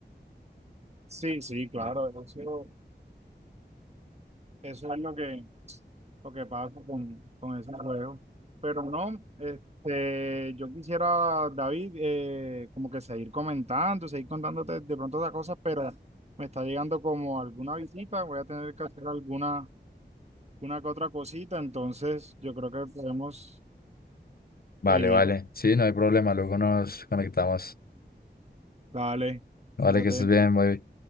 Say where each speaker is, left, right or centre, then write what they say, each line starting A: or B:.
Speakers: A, on the right; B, on the left.
A: Sí, sí, claro, eso, eso es lo que, lo que pasa con, con esos juegos. Pero no, este, yo quisiera, David, eh, como que seguir comentando, seguir contándote de pronto otras cosas, pero me está llegando como alguna visita, voy a tener que hacer alguna, una que otra cosita, entonces yo creo que podemos
B: Vale,
A: seguir.
B: vale. Sí, no hay problema. Luego nos conectamos.
A: Dale,
B: Vale,
A: fíjate.
B: que estés bien, bye.